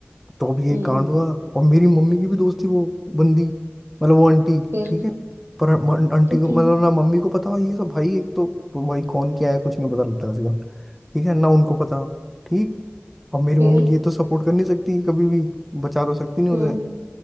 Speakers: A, in the centre; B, on the right.
A: तो अब ये
B: हम्म
A: कांड हुआ और मेरी मम्मी की भी दोस्त थी वो बंदी मतलब वो आंटी
B: फिर
A: ठीक है पर म- आंटी
B: तो
A: को
B: फिर
A: मतलब ना मम्मी को पता ये सब भाई एक तो भाई कौन क्या है कुछ नहीं पता लगता आजकल ठीक है ना उनको पता ठीक अब मेरी
B: फिर
A: मम्मी ये तो सपोर्ट कर नहीं सकती कभी भी बचा तो सकती नहीं
B: हम्म
A: उसे